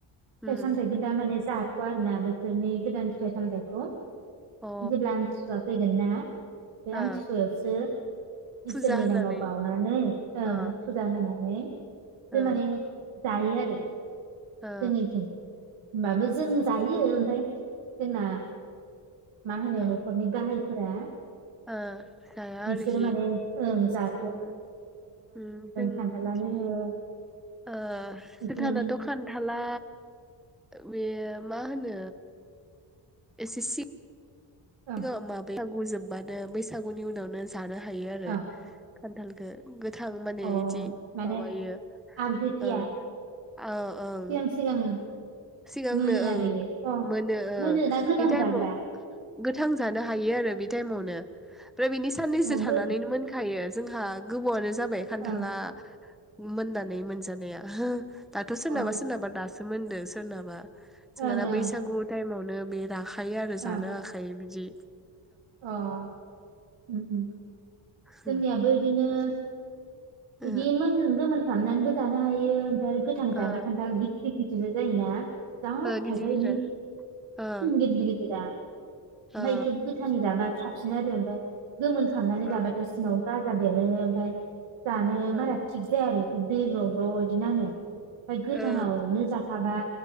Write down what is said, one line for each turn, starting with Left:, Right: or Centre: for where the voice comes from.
Right: फिथाइ
Centre: उम
Right: सामथायाइखौ दा माने जाथ'आरो ना बे बिसोरनि गोदान फिथाइ सामथाइखौ
Centre: ओ
Right: जेब्ला आमथिसुवा फैगोन ना। बे
Centre: अ ओ
Right: आमथिसुवायावसो
Centre: फुजा
Right: इसोरनि
Centre: होनानै
Right: नामाव बावनानै ओं
Centre: ओ
Right: फुजा होनानै सो
Centre: ओ
Right: माने जायो आरो <inaudible>
Centre: ओ
Right: जोंनिथि होनबाबो जों
Centre: ओ
Right: जायो ओमफ्राय जोंना मा होनो
Centre: ओ
Right: न'खरनि गाहायफोरा
Centre: ओ जाया
Right: बिसोर
Centre: आरोखि
Right: माने ओ जा
Centre: उम उम जोंथि
Right: खान्थालानो होन
Centre: ओ
Right: बिथिं
Centre: जोंहानथ' खान्थाला बे माहोनो एस एस सि
Right: ओं
Centre: <unintelligible> माबेयाव होजोबबानो बैसागुनि उनावनो जानो हायो आरो
Right: ओं
Centre: खान्थालखो गो थां माने
Right: अ
Centre: बिदि
Right: माने
Centre: माबायों
Right: आगोथिया
Centre: ओ ओ ओं
Right: सिगां सिगां
Centre: सिगांनो
Right: मोनो
Centre: ओं
Right: आरो इयो अ
Centre: मोहोनो
Right: मोनो ना गोथां
Centre: बे टाइमाव
Right: जाग्रा
Centre: गोथां जानो हायो आरो बे टाइमावनो ओमफ्राय बिनि साननैसो
Right: अ
Centre: थानानैनो
Right: बै ओं
Centre: मोनखायो जोंहा गोबावानो जाबाय खान्थाला
Right: अ
Centre: मोननानै मोनजानाया। दाथ' सोरनाबा
Right: ओं
Centre: सोरनाबा दास सोमोन्दो सोरनाबा जोंहा
Right: ओं
Centre: दा बैसागु टाइमावनो बेरा थायो आरो जानो
Right: ओं
Centre: बिदि
Right: अ उम उम जोंनियाबो
Centre: उम
Right: बिदिनो बिदि
Centre: ओ
Right: मोन गोमोन खालामनानैबो जानो हायो ओमफ्राय आरो गोथां जाग्रा
Centre: ओ
Right: खान्थाल गिदिर गिदिर जो जायो ना जा
Centre: ओ गिदिर
Right: थायो
Centre: गिदिर
Right: बे
Centre: ओ
Right: गिदिर गिदिरा
Centre: ओ
Right: नायखो गोथांङै जाबा साबसिन आरो ओमफ्राय गोमोन खालामनानै जाबाथाय
Centre: ओ
Right: सिनाव गा गाजा बेरो ओफ्राय जानो
Centre: ओ
Right: बारा थिग जाया आरो दै ब्र' ब्र' बिदि नाङो ओमफ्राय गोथाङावनो
Centre: ओं
Right: जाखाबा